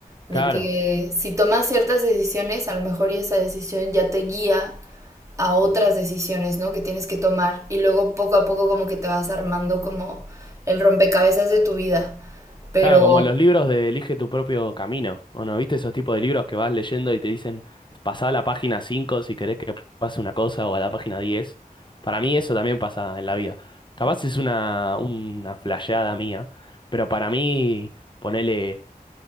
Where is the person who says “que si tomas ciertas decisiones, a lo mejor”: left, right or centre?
Right